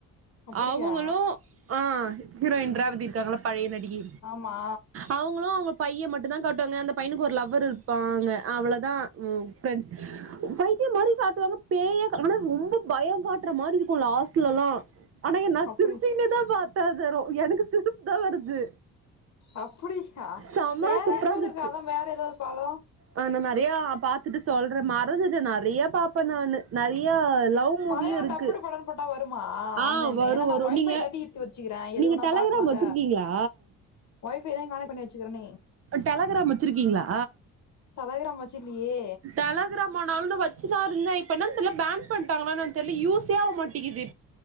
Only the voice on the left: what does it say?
அப்படியா
மா
அப்படி
அப்புடியா
வேற
பூதகாதம்
வேற எதாவது பலோ
மலையாள
டப்புடு படோன்னு போட்டா வருமா
ஆன்லைன்ல
ஏன்னா நா
ஒய்
ஃபை தான் டி த்து வெச்சுக்கிறே எது
வேணா
பாக்கலால
ஒய் ஃபை தா கானெக்ட் பண்ணி வெச்சுக்கறனே
டெலகிராம்மா வெச்சிக்கலையே